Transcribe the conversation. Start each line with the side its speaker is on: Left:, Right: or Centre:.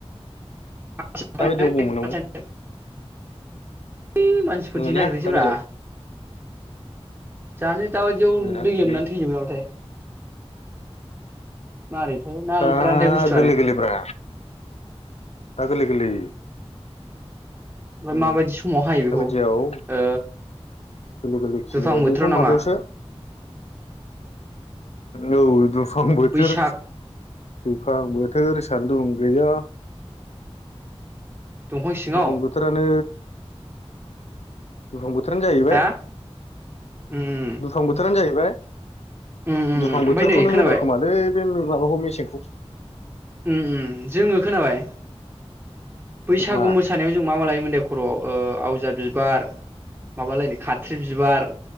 Right: <inaudible>
Left: दाबायदियाव अबाव मोननांगौ
Right: यै मानसिफोरनिथि
Left: मोना
Right: नागिरहैसै
Left: दाबायदियाव
Right: ब्रा जानो दाबादियाव
Left: मोनालै
Right: दै लोमनानै
Left: गैया
Right: थैजोबो नाबाथाय मारैथाय ना ओंखारानोथाय
Left: आ
Right: बुस्थुआनो
Left: गोरलै गोरलै ब्रा दा गोरलै गोरलै
Right: ओमफ्राय
Left: उम
Right: माबायदि समाव हायो बेखौ
Left: दाबादियाव
Right: ओ
Left: गोरलै गोरलै
Right: दुफां
Left: सलिबाय
Right: बोथोराव
Left: बेखौ
Right: नामा
Left: माबायावसो औ <unintelligible> फां बोथोर
Right: बैसाग
Left: फां बोथोर सान्दुं गैया
Right: दंफां सिङाव
Left: दुफां बोथोरानो दुफांबो बोथोरानो जाहैबाय
Right: हा उम
Left: दुफां बोथोरानो जाहैबाय
Right: उम उम
Left: दुफां बोथोरखौनो
Right: उम ओमफ्राय नै खोनाबाय
Left: होनो खोमालै बे माबाखौ मेसेंखौ
Right: उम उ जोङो खोनाबाय बैसागु
Left: मा
Right: मोसानायाव जों मा मा लायोमोन दे खर'आव ओ आवजार बिबार माबालायनो खाथ्रि बिबार